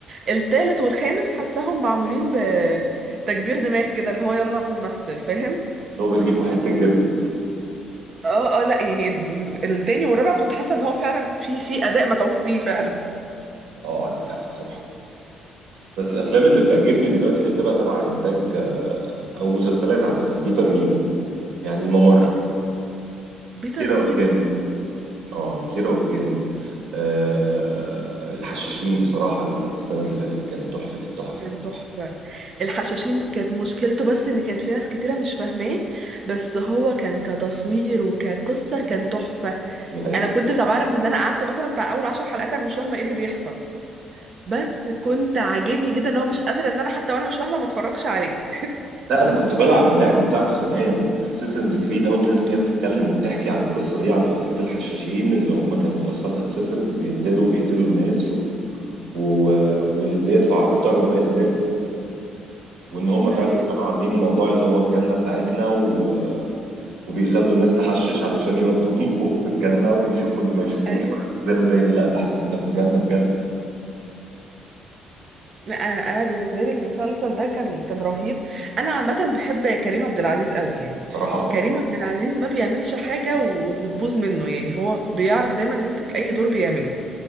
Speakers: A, on the right; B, on the right.
A: التالت والخامس حساهم معمولين بتكبير دماغ كده اللي هو يلا نمثل فاهم
B: اللي هو برغيف وحته جبنه
A: اه اه لا يعني ال- التاني والرابع كنت حاسه ان هو فعلا في في اداء متعوب فيه فعلا
B: اه عندك حق بصراحه بس الافلام اللي بتعجبني دلوقتي اللي بتبقى تبع انتاج آه، او مسلسلات عامه بيتر ميمي يعني الممر
A: آه، بيتر
B: كيرة
A: ميمي
B: والجن
A: مخرج
B: اه كيرة والجن آه الحشاشين بصراحة السنة اللي فاتت كان تحفة التحف
A: كان تحفة الحشاشين كانت مشكلته بس ان كان في ناس كتيرة مش فاهماه بس هو كان كتصوير وكقصة كان تحفة
B: دي حقيقة
A: انا كنت متابعة رغم ان انا قعدت مثلا بتاع اول عشر حلقات انا مش فاهمة ايه اللي بيحصل بس كنت عاجبني جدا لو مش قادرة ان انا حتى وانا مش فاهمة ما اتفرجش عليه
B: لا انا كنت بلعب اللعبة بتاعته زمان اساسنز كريد اول ما نزلت هي بتتكلم وبتحكي عن القصة دي عن فصيلة الحشاشين اللي هم كانوا اصلا اساسنز بينزلوا بيقتلوا الناس و... و...
A: <laughs>
B: واللي يدفع اكتر وما الى ذلك وان هم
A: تمام
B: فعلا كانوا عاملين موضوع اللي هو الجنة بتاعتنا و... وبيخلوا الناس تحشش علشان يودوهم فوق في الجنة ويشوفوا اللي ما يشوفوش
A: ايوه
B: وبعدين ينزلوا تاني لا ده احنا كنا في الجنة بجد
A: لا، انا انا بالنسبه لي المسلسل ده كان كان رهيب انا عامه بحب كريم عبد العزيز قوي يعني
B: صراحة اه
A: كريم عبد العزيز ما بيعملش حاجه و- وتبوظ منه يعني هو بيعرف دايما يمسك اي دور بيعمله